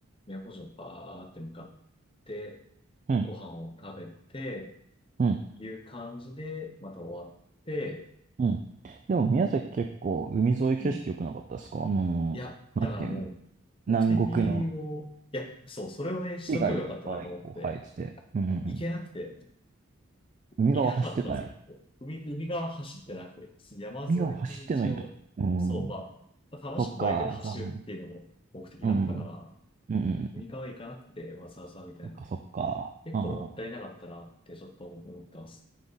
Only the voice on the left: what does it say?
都城バーって向かって、
ご飯を食べて、
いう感じで、また終わって、
うん。いや、だからもう、
目的を、いや、そう、それをね、しとけばよかったなと思って、
行けなくて、
行かなかったんですよ。ここ海、海側走ってなくて、山沿いの道を、
そう、まあ、楽しくバイクで走るっていうのも目的だったから、
右側行かなくて、わざわざみたいな。
結構もったいなかったなってちょっと思ってます。